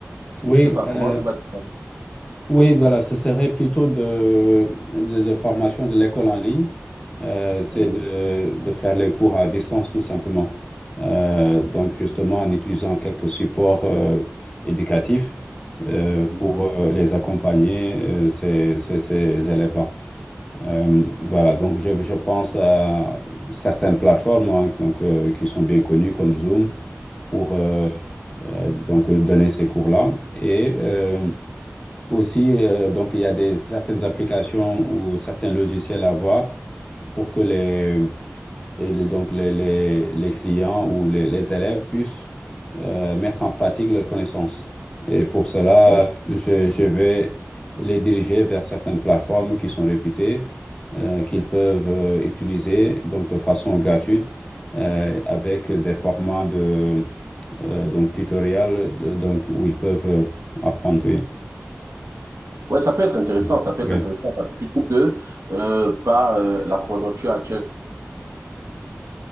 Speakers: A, on the right (about 75°); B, on the left (about 20°).
A: Parce
B: Oui,
A: que je sais pas
B: euh,
A: comment tu vas... t'y prendre.
B: Oui, voilà, ce serait plutôt de, de, de formation de l'école en ligne. Euh, c'est
A: Oui,
B: de, de faire les cours à distance, tout simplement. Euh, donc, justement, en utilisant quelques supports euh, éducatifs euh, pour
A: oui,
B: euh, les accompagner, euh, ces, ces, ces élèves-là. Euh, voilà, donc je, je pense à certaines plateformes hein, donc, euh, qui sont bien connues comme Zoom pour euh, euh, donc, euh, donner ces cours-là. Et. euh, aussi, euh, donc, il y a des, certaines applications ou certains logiciels à voir pour que les, et les- donc les, les, les clients ou les, les élèves puissent euh, mettre en pratique leurs connaissances. Et pour cela,
A: oui.
B: je, je vais les diriger vers certaines plateformes qui sont réputées, euh, qu'ils peuvent euh, utiliser donc de façon gratuite euh, avec des formats de euh, donc tutoriels donc, où ils peuvent euh, apprendre.
A: Ouais, ça peut être intéressant,
B: Oui.
A: ça peut
B: Oui.
A: être intéressant parce que plutôt que euh, par euh, la conjoncture actuelle